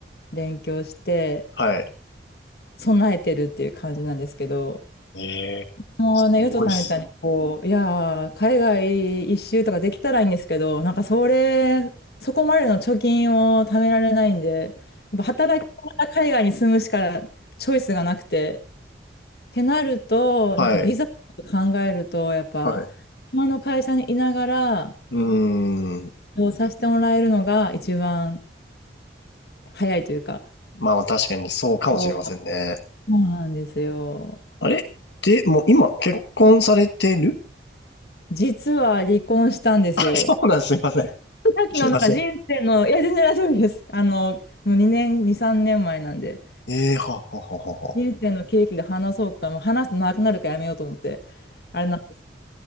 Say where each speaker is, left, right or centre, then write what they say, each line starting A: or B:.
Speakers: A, on the left (about 60°); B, on the left (about 75°).
A: 勉強して、
B: はい。
A: 備えてるっていう感じなんですけど、
B: えー、
A: もうね、
B: すごいっすね。
A: ヨトさんみたいに、こう、いやー、海外一周とかできたらいいんですけど、なんかそれ、そこまでの貯金を貯められないんで、やっぱ働きながら海外に住むしかチョイスがなくて、ってなると、
B: はい。
A: なんかビザとか考えると、やっぱ、
B: はい。
A: 今の会社にいながら、
B: うーん。
A: そうさせてもらえるのが一番早いというか、
B: まあまあ、確かにそうかもしれませんね。
A: そうそうなんですよ。
B: あれで、もう今、結婚されてる
A: 実は離婚したんですよ。
B: あ、そうなんです、すいません。
A: さっきのなんか人生の、
B: すません。
A: いや、全然大丈夫です。あの、もう2年、2、3年前なんで、
B: ええーはあはあは
A: 人生の契機で話そうか、もう話すとなくなるからやめようと思って、あれなんです。